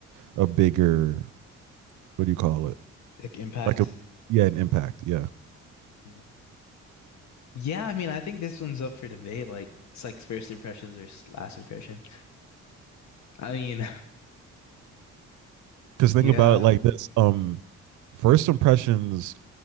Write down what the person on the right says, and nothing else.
a bigger what do you call it
like a yeah an impact yeah
because think
about
it like this um first impressions